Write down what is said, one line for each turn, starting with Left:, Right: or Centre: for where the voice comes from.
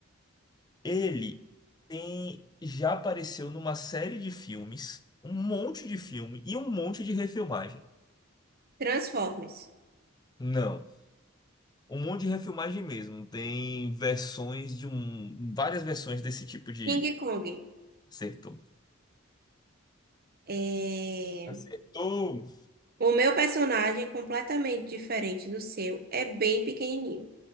Left: Ele tem... já apareceu numa série de filmes, um monte de filme e um monte de refilmagem.
Right: Transformers.
Left: Não, um monte de refilmagem mesmo. Tem versões de um. Várias versões desse tipo de.
Right: King Kong.
Left: Acertou.
Right: É...
Left: Acertou!
Right: O meu personagem, é completamente diferente do seu, é bem pequenininho.